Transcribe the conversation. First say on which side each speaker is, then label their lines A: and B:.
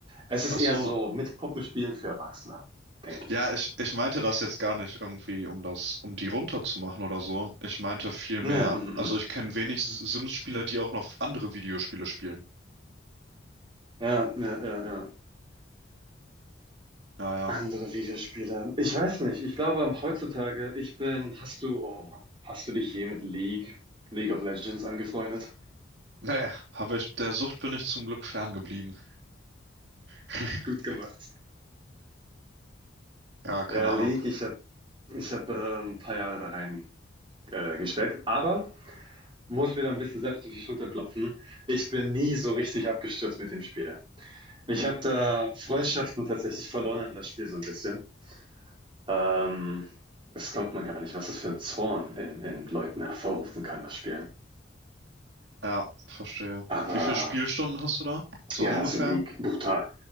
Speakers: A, on the right; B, on the right.
A: es ist
B: Ach
A: eher
B: so,
A: so mit Puppenspielen für Erwachsene, denke ich
B: ja,
A: mal.
B: ich, ich meinte das jetzt gar nicht irgendwie, um das, um die runterzumachen oder so. Ich meinte vielmehr,
A: Ja, mhm, mhm.
B: also ich kenne wenig S- Sims-Spieler, die auch noch andere Videospiele spielen.
A: Ja, ja, ja, ja.
B: Naja.
A: Andere Videospiele. Ich weiß nicht. Ich glaube heutzutage, ich bin, hast du, oh Mann, hast du dich je mit League, League of Legends angefreundet?
B: Nee, aber ich, der Sucht bin ich zum Glück ferngeblieben. <laughs>
A: Gut gemacht.
B: Ja, keine
A: Ja, League,
B: Ahnung.
A: ich habe ich hab, äh, ein paar Jahre da rein äh, gesteckt, aber muss mir da ein bisschen selbst auf die Schulter klopfen. Ich bin nie so richtig abgestürzt mit dem Spiel. Ich habe da Freundschaften tatsächlich verloren in das Spiel so ein bisschen. Ähm, das glaubt man gar nicht, was das für ein Zorn in, in Leuten hervorrufen kann, das Spiel.
B: Ja, verstehe.
A: Aber
B: Wie viele Spielstunden hast du da? So
A: Ja,
B: ungefähr?
A: also League, brutal.